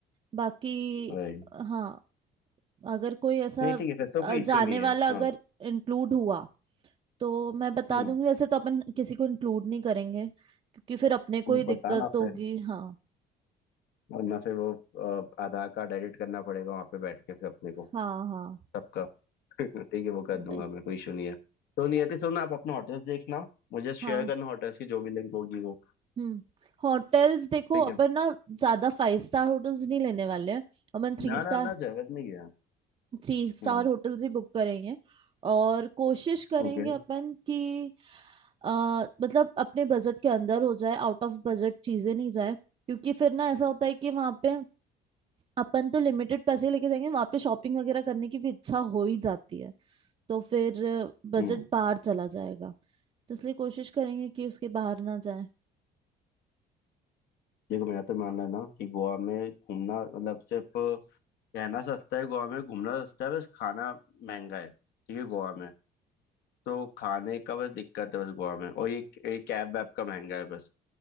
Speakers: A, on the right; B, on the left.
A: बाकी
B: भाई
A: हाँ अगर कोई ऐसा
B: नहीं ठीक है फिर तो
A: अ,
B: कोई
A: जाने
B: इश्यू नहीं
A: वाला
B: है
A: अगर
B: हाँ
A: इंक्लूड हुआ तो मैं बता
B: हम्म
A: दूंगी वैसे तो अपन किसी को इंक्लूड नहीं करेंगे क्योंकि फिर अपने को
B: तुम
A: ही दिक्कत
B: बताना
A: होगी
B: फिर
A: हाँ
B: वरना फिर वो अ, आधार कार्ड एडिट करना पड़ेगा वहाँ पे बैठ के फिर अपने को
A: हाँ हाँ
B: सबका <laughs> ठीक है वो कर दूंगा
A: वे-
B: मैं कोई इशू नहीं है तो नियति सुन आप अपना होटल्स देखना मुझे शेयर
A: हाँ
B: करना होटल्स की जो भी लिंक होगी वो
A: हम्म होटल्स देखो
B: ठीक
A: अपन
B: है
A: ना ज्यादा फाइव स्टार होटल्स नहीं लेने वाले हैं अपन three
B: ना
A: star
B: ना ना जगत नहीं गया
A: three star
B: हम्म
A: hotels ही बुक करेंगे और कोशिश करेंगे
B: ओके
A: अपन कि आ, मतलब अपने बजट के अंदर हो जाए आउट ऑफ बजट चीजें नहीं जाए क्योंकि फिर ना ऐसा होता है कि वहां पे अपन तो लिमिटेड पैसे लेके जाएंगे वहां पे शॉपिंग वगैरह करने की भी इच्छा हो ही जाती है तो फिर बजट
B: हम्म
A: बाहर चला जाएगा तो इसलिए कोशिश करेंगे कि उसके बाहर ना जाए
B: देखो मेरा तो मानना है ना कि गोवा में घूमना मतलब सिर्फ रहना सस्ता है गोवा में घूमना सस्ता है बस खाना महंगा है ठीक है गोवा में तो खाने का बस दिक्कत है बस गोवा में और ये ये कैब वैब का महंगा है बस